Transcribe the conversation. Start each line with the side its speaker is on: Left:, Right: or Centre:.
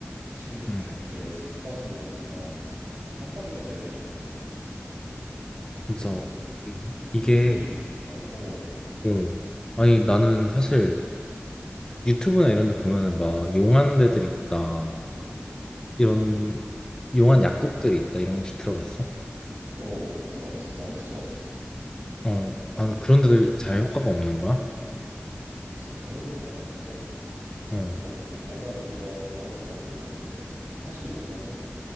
Right: 지금 이제
Left: 음.
Right: 한계 여기서 더 빠지면 이제 나 이제 빡빡이가 되어야 될 것 같아. 근데
Left: 진짜 이-
Right: 이, 이런
Left: 이게,
Right: 일이 있으니까 어,
Left: 어. 아니, 나는 사실 유튜브나 이런 데 보면은 막 용한 데들이 있다.
Right: 음,
Left: 이런, 용한 약국들이 있다. 이런 곳이 들어봤어?
Right: 어 들어봤지 많이 찾아봤지.
Left: 어, 아, 그런 데도 잘 효과가 없는 거야?
Right: 근데 진짜 별거 다 해봤는데 이제 약도
Left: 어,
Right: 먹고 뭐 발라보기도 하고 병원도 가보고 했는데 사실 요거는